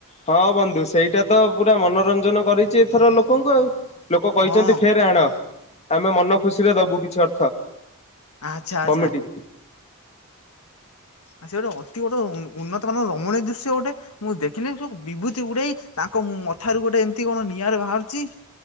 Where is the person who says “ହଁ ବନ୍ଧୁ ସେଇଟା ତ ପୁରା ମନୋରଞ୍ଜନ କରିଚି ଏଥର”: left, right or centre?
Left